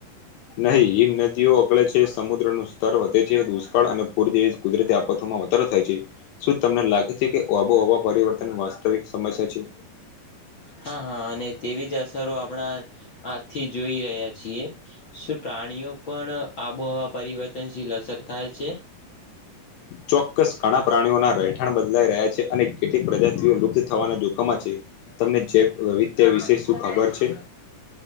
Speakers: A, on the left (about 80°); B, on the left (about 50°).
A: નહીં હિમ નદીઓ અગળે છે, સમુદ્ર નું સ્તર વધે છે, દુષ્કાળ અને પૂર જેવી કુદરતી આપતોમાં વધારો થાય છે. શું તમને લાગે છે કે આબોહવા પરિવર્તન વાસ્તવિક સમસ્યા છે
B: હા, હા, અને તેવીજ આ <unintelligible> આપણા આથી જોઈ રહ્યા છીએ, શું પ્રાણીઓ પણ આબોહવા પરિવર્તન ઝીલ અસર થાય છે?
A: ચોક્કસ ઘણા પ્રાણીઓના રહેઠાણ બદલાઈ રહ્યા છે અને કેટલીક પ્રજાતિઓ લુપ્ત થવાના જોખમાં છે. તમને જે વવધ્ય વિશે શું ખબર છે?